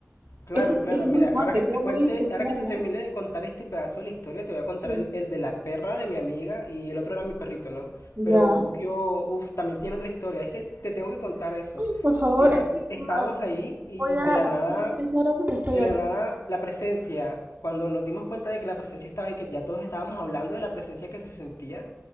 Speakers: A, on the left (about 80°); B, on the right (about 40°).
A: Claro,
B: Es, muy-
A: claro.
B: es muy
A: Mira,
B: fuerte,
A: ahora que
B: todo
A: te cuente,
B: muy especial,
A: ahora que te
B: ¿no?
A: termine de contar este pedazo de la historia, te voy a contar
B: Sí.
A: el, el de la perra de mi amiga y el otro era mi perrito, ¿no?
B: Ya.
A: Pero Pukio, uff, también tiene otra historia. Es que te tengo que contar eso.
B: Ay, por favor,
A: Mira,
B: es que,
A: estábamos
B: mm, a
A: ahí y
B: Voy a
A: de la
B: las
A: nada,
B: próximas tres horas que estoy
A: de
B: aquí.
A: la nada, la presencia, cuando nos dimos cuenta de que la presencia estaba y que ya todos estábamos hablando de la presencia que se sentía,